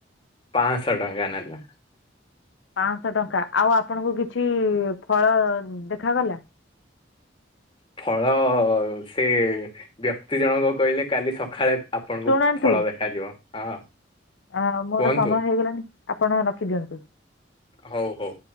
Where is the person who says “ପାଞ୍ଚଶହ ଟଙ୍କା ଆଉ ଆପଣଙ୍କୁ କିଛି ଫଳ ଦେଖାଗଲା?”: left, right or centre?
Left